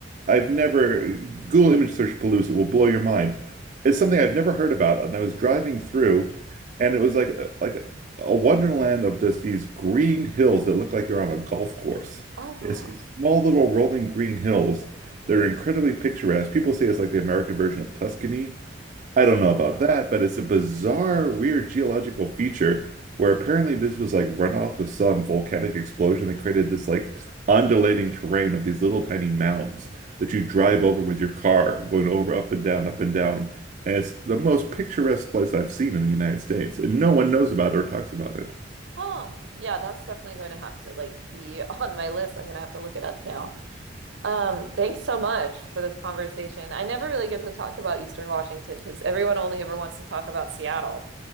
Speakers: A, on the right; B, on the right.
A: I've never, Google image search Palouse, it will blow your mind. It's something I've never heard about. And I was driving through and it was like, a- like a wonderland of just these green hills that look like you're on a golf course.
B: Oh, wow.
A: It's these small little rolling green hills. They're incredibly picturesque. People say it's like the American version of Tuscany. I don't know
B: Oh,
A: about that, but it's a bizarre, weird geological feature where apparently this was like runoff of some volcanic explosion that created this like undulating terrain of these little tiny mounds that you
B: oh,
A: drive over with your car, going over up and down, up and down. And it's the most picturesque place I've seen in the United States, and no
B: wow.
A: one knows about it or talks about it.
B: Huh. Yeah, that's definitely going to have to like be <laughs> on my list. I'm going to have to look it up now. Um, thanks so much for this conversation. I never really get to talk about Eastern Washington because everyone only ever wants to talk about Seattle.